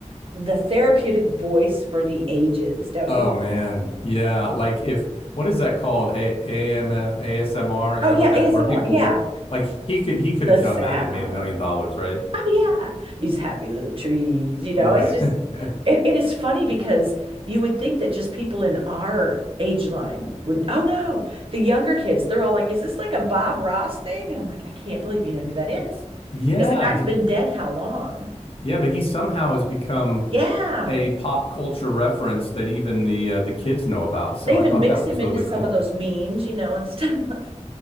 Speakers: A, on the right; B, on the left.
A: the therapeutic voice for the ages, don't
B: Oh
A: you think?
B: man, yeah. Like if what is that called? A AM ASMR? Is
A: Oh
B: that
A: yeah,
B: what that
A: ASMR.
B: where people
A: Yeah.
B: would like he could he could
A: The
B: have
A: sound.
B: done that and made a million dollars, right?
A: Oh yeah, these happy little trees, you
B: Yeah.
A: know, it's just
B: <laughs>
A: it, and it's funny because you would think that just people in our age line would, oh no, the younger kids, they're all like, is this like a Bob Ross thing? And I'm like, I can't believe you know who that is.
B: Yeah,
A: Because the
B: he,
A: guy's been dead how long?
B: yeah, but he somehow has become
A: Yeah.
B: a pop culture reference that even the uh, the kids know about. So
A: They even
B: I thought
A: mix
B: that
A: him
B: was
A: into
B: really
A: some
B: cool.
A: of those memes, you know, and stuff. <laughs>